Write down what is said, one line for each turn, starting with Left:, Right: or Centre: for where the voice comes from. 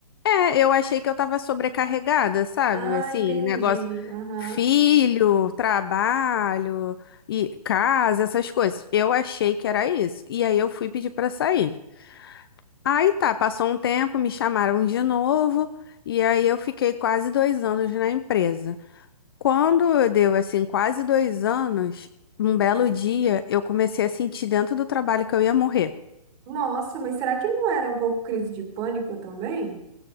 Left: É, eu achei que eu tava sobrecarregada, sabe?
Right: Ah,
Left: Assim,
Right: entendi.
Left: negócio,
Right: Aham.
Left: filho, trabalho e casa, essas coisas. Eu achei que era isso. E aí eu fui pedir pra sair. Aí tá, passou um tempo, me chamaram de novo, e aí eu fiquei quase dois anos na empresa. Quando eu deu assim, quase dois anos, um belo dia, eu comecei a sentir dentro do trabalho que eu ia morrer.
Right: Nossa, mas será que não era um pouco crise de pânico também?